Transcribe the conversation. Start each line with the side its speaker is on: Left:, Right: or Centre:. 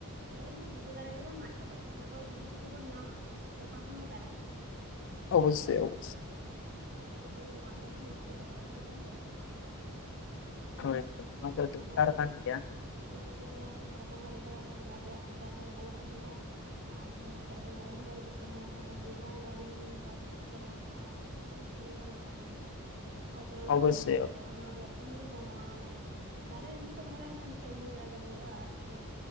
Right: ᱛᱟᱦᱚᱞᱮ ᱡᱚᱫᱤ ᱡᱷᱚᱛᱚ ᱫᱟᱨᱮ ᱜᱮᱵᱚᱱ ᱢᱟᱜ ᱪᱟᱵᱟᱭᱟ᱾ ᱛᱟᱦᱚᱞᱮ ᱟᱫᱚ ᱵᱷᱚᱵᱤᱥᱚᱛ ᱨᱮ ᱵᱚᱱ ᱧᱟᱢ-ᱟ ᱚᱠᱟᱨᱮ? ᱥᱮ ᱚᱠᱟ ᱠᱷᱚᱱ ᱜᱮ ᱫᱮᱜᱭᱟᱜ-ᱟ? <inaudible>
Left: ᱚᱵᱚᱥᱳᱭ ᱚᱵᱚᱥᱳᱭ᱾
Right: ᱫᱟᱨᱮ ᱡᱮᱢᱚᱱ ᱢᱟᱜ ᱫᱟᱵᱚᱱ ᱱᱤᱝᱠᱟ ᱜᱮ ᱨᱚᱦᱚᱭ ᱦᱚᱸ ᱢᱤᱫᱴᱮᱱ ᱫᱚᱨᱠᱟᱨ ᱠᱟᱱᱟ᱾
Left: ᱦᱳᱭ ᱱᱚᱣᱟ ᱫᱚ
Right: ᱥᱟᱱᱟᱢ
Left: ᱠᱟᱨᱠᱟᱨ
Right: ᱦᱚᱲ ᱜᱮ
Left: ᱠᱟᱱ
Right: ᱡᱩᱫᱤ ᱱᱤᱝᱠᱟᱹ
Left: ᱜᱮᱭᱟ᱾
Right: ᱵᱚᱱ ᱩᱭᱦᱟᱹᱨ ᱵᱷᱟᱵᱱᱟ ᱥᱮ ᱫᱟᱨᱮ ᱠᱚ ᱵᱚᱱ ᱨᱚᱦᱚᱭ-ᱟ᱾ ᱛᱟᱦᱚᱞᱮ ᱟᱵᱚᱱᱟᱜ ᱥᱟᱪᱟᱨ ᱦᱚᱸ ᱵᱷᱟᱞᱮ ᱛᱟᱦᱮᱱ ᱢᱟ᱾ ᱟᱨ ᱡᱟᱦᱟᱸ ᱱᱚᱛᱮ ᱟᱵᱚ ᱞᱟᱭᱚᱝ ᱵᱟᱹᱲᱤᱡ ᱚᱜ ᱠᱟᱱᱟ ᱡᱟᱦᱟᱸ ᱚᱱᱟ ᱜᱞᱳᱵᱟᱞ ᱳᱟᱨᱤᱝ ᱵᱟᱹᱲᱛᱤᱜ ᱠᱟᱱᱟ ᱚᱱᱮ ᱡᱟᱦᱟᱸ ᱥᱳᱥᱱᱮᱱᱡᱟ ᱠᱚ ᱢᱮᱛᱟᱜ ᱠᱟᱱᱟ᱾ ᱚᱛ ᱞᱚᱞᱚᱜ
Left: ᱚᱵᱚᱥᱥᱳᱭ
Right: ᱠᱟᱱᱟ ᱦᱮᱸᱥᱮ ᱚᱱᱟ ᱫᱚ ᱮᱠᱫᱚᱢ ᱜᱮ ᱠᱚᱢᱚᱜ-ᱟ ᱢᱟᱱᱮ ᱫᱟᱨᱮ ᱤᱭᱟᱹ ᱠᱚ ᱛᱟᱦᱮᱸ ᱞᱮᱱᱠᱷᱟᱱ ᱥᱮ ᱩᱢᱩᱞ ᱡᱟᱭᱜᱟ ᱦᱩᱭᱩᱜ-ᱟ, ᱟᱨ ᱱᱚᱛᱮ